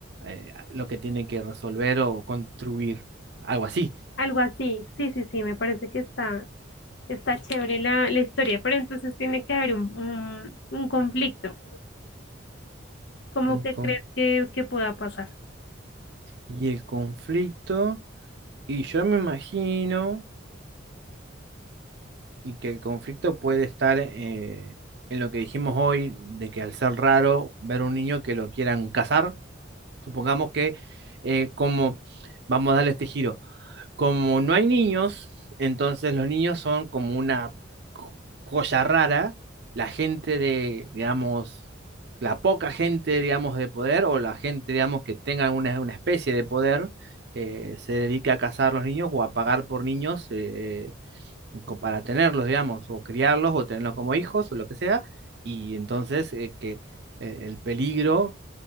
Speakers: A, on the right; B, on the left.
A: eh, lo que tiene que resolver o construir algo así.
B: Algo así, sí, sí, sí, me parece que está, está chévere la, la historia, pero entonces tiene que haber un, un, un conflicto. ¿Cómo
A: Un
B: que
A: con-
B: crees que, que pueda pasar?
A: y el conflicto, y yo me imagino, y que el conflicto puede estar eh, en lo que dijimos hoy, de que al ser raro ver un niño que lo quieran casar, supongamos que eh, como, vamos a darle este giro. Como no hay niños, entonces los niños son como una jo- joya rara. La gente de, digamos, la poca gente, digamos, de poder o la gente, digamos, que tenga una, una especie de poder, eh, se dedica a cazar los niños o a pagar por niños eh, co- para tenerlos, digamos, o criarlos o tenerlos como hijos o lo que sea. Y entonces eh, que eh, el peligro